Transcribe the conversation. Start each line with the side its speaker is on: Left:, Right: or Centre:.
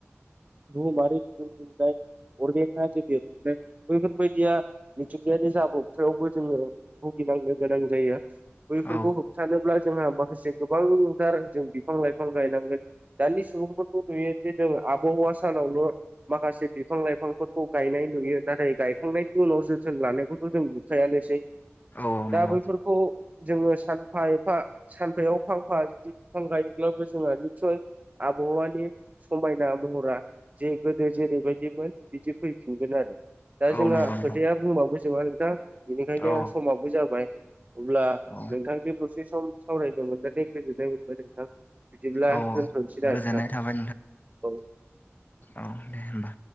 Right: बुहुमारि बिदुं दुंनाय अरगेन आरि बेरफुंनाय बैफोर बेफोर बायदिया मिथिंगायारि जाब्रबथायावबो जोङो भुगिनांनो गोनां जायो। बैफोरखौ
Left: औ
Right: होबथानोब्ला जोंहा माखासे गोबांथार जों बिफां लाइफां गायनांगोन। दानि सुबुंफोरखौ नुयो जे जों आबहावा सानावल' माखासे बिफां लाइफांफोरखौ गायनाय नुयो नाथाय गाय थांनायनि उनाव जोथोन लानायखौथ' जों नुखायानोसै
Left: औ
Right: दा
Left: नंगौ
Right: बैफोरखौ जोङो सानफा एफा सानफायाव फांफा जुदि बिफां गायोब्लाबो जोङो नेचेल आबहानि समायना महरा जे गोदो जेरैबायदिमोन बिदि फैफिनगोन आरो दा
Left: औ
Right: जोंहा
Left: नंगौ नोंथां
Right: खोथाया बुंबाबो जोबा नोंथां बेनिखायनो
Left: औ
Right: समाबो जाबाय। अब्ला
Left: औ
Right: नोंथांजों दसे सम सावरायनो मोननायनि गोजोननाय मोनबाय नोंथां बिदिब्ला
Left: औ
Right: दोनथ'सैद
Left: गोजोननाय
Right: आरो ना नोंथां
Left: थाबाय
Right: औ
Left: औ दे होमबा